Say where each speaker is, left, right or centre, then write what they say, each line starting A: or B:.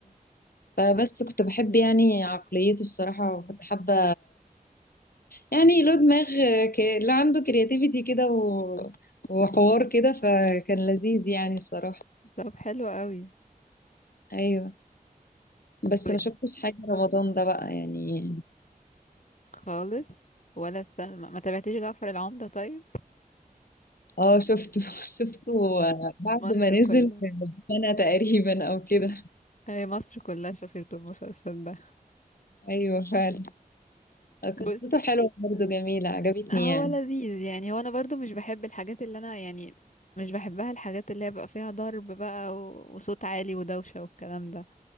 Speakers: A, on the left (about 75°); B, on the left (about 55°).
A: فبس كنت بحب يعني عقليته الصراحة وكنت حابة يعني له دماغ ك... له عنده كرياتيفيتي كده و... وحوار كده فكان لذيذ يعني الصراحة
B: طب حلو قوي
A: ايوه بس
B: طب
A: ما شفتش حاجة رمضان ده بقى يعني
B: خالص ولا استنى ما ما تابعتيش جعفر العمدة طيب
A: اه شفته <laughs> شفته بعد
B: مصر
A: ما نزل
B: كلها
A: سنة تقريبا او كده
B: هي مصر كلها شافت المسلسل
A: ايوه فعلا قصته
B: ده
A: حلوة برضه جميلة عجبتني
B: هو
A: يعني
B: لذيذ يعني هو انا برضو مش بحب الحاجات اللي انا يعني مش بحبها الحاجات اللي هي بقى فيها ضرب بقى و- وصوت عالي ودوشة والكلام ده